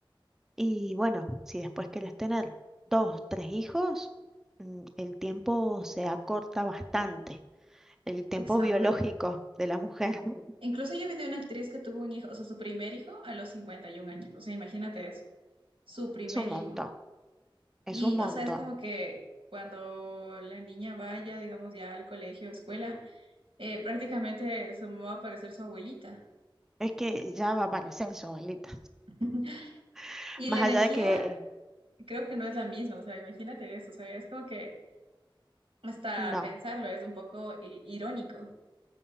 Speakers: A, in the centre; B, on the right.
A: Y bueno, si después quieres tener dos, tres hijos, mm, el tiempo se acorta bastante, el tiempo
B: Exacto.
A: biológico de la mujer <laughs>
B: Incluso yo vi de una actriz que tuvo un hijo, o sea, su primer hijo a los 51 años, o sea, imagínate eso, su primer
A: es un montón,
B: hijo.
A: es
B: Y,
A: un montón.
B: o sea, es como que cuando la niña vaya, digamos, ya al colegio, escuela, eh, prácticamente su mamá va a parecer su abuelita.
A: Es que ya va a aparecer su abuelita.
B: <laughs>
A: <laughs>
B: Y
A: Más
B: la energía
A: allá de que
B: creo que no es la misma, o sea, imagínate eso, o sea, es como que hasta
A: no.
B: pensarlo es un poco i- irónico.